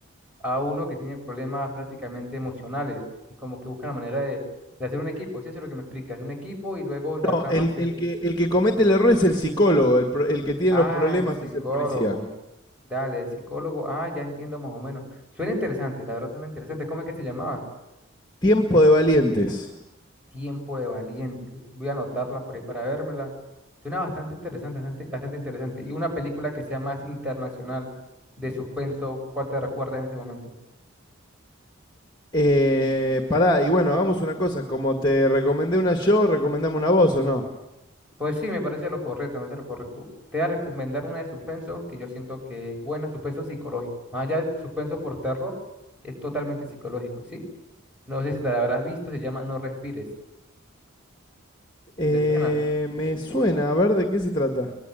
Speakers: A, in the centre; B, on the left.
A: a uno que tiene problemas prácticamente emocionales y como que busca la manera de, de hacer un equipo. Sí, eso es lo que me explicas, un equipo y luego la
B: No,
A: trama
B: el,
A: se...
B: el que, el que comete el error es el psicólogo, el, pro- el que tiene
A: Ah,
B: los problemas
A: el psicólogo.
B: es el policía.
A: Dale, el psicólogo. Ah, ya entiendo más o menos. Suena interesante, la verdad suena interesante. ¿Cómo es que se llamaba?
B: Tiempo de valientes.
A: Tiempo de Valientes. Voy a anotarla por ahí para vérmela. Suena bastante interesante, bastante, bastante interesante. Y una película que sea más internacional de suspenso, ¿cuál te recuerdas en ese momento?
B: Eh, pará, y bueno, hagamos una cosa, como te recomendé una yo, recomendame una vos o no.
A: Pues sí, me parece lo correcto, me parece lo correcto. Te voy a recomendar una de suspenso que yo siento que es buena, suspenso psicológico. Más allá de suspenso por terror, es totalmente psicológico, ¿sí? No sé si te la habrás visto, se llama No Respires.
B: Eh,
A: ¿Te suena?
B: me suena, a ver de qué se trata.